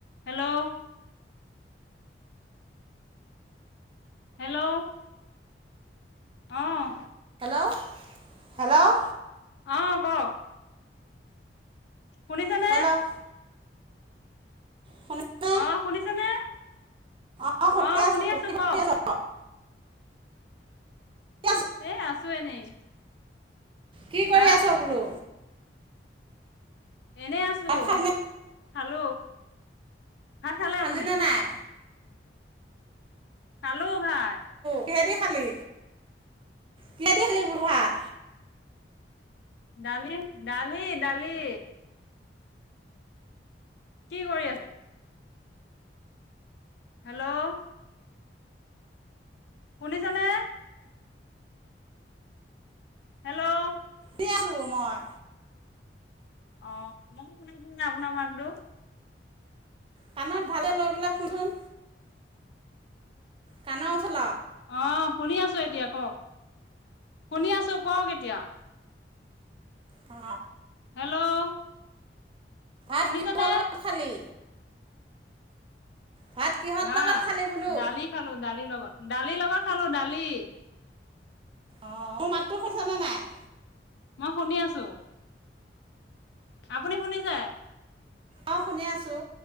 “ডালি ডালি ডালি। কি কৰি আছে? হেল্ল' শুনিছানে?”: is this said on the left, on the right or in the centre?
Left